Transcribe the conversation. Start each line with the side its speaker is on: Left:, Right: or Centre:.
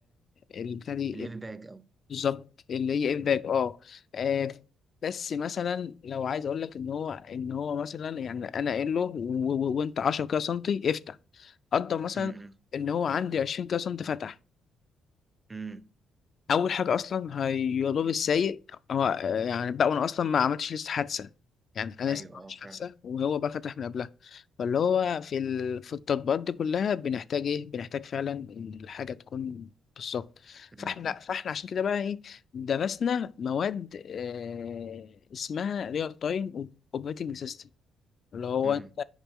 Left: البتاع دي
Right: الاير باج او
Left: بالظبط اللي هي الباك
Right: امم
Left: اه آه، بس مثلا لو عايز اقول لك ان هو ان هو مثلا يعني انا قايل له و- و- وانت 10 كده سنتي افتح قدر مثلا
Right: امم
Left: ان هو عندي 20 كده سنتي فتح
Right: امم
Left: اول حاجه اصلا هيضر السايق هو آه، يعني بقى وانا اصلا ما عملتش لسه حادثه يعني انا
Right: ايوه
Left: لسه ما عملتش
Right: اه فعلا
Left: حادثه وهو بقى فتح من قبلها فاللي هو في ال... في التطبيقات دي كلها بنحتاج ايه بنحتاج فعلا ان الحاجه تكون بالظبط
Right: م-
Left: فاحنا
Right: م-
Left: فاحنا عشان كده بقى ايه درسنا مواد آه اسمها ريال تايم اوبريتنج سيستم اللي هو
Right: م.
Left: انت